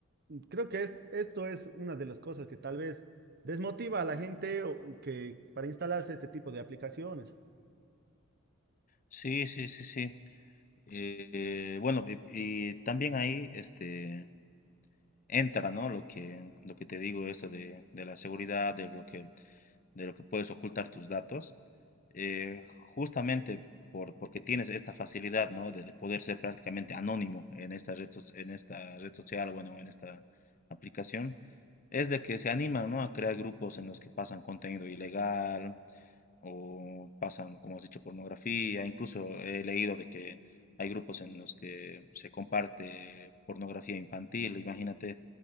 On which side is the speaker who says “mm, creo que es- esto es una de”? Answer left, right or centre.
Right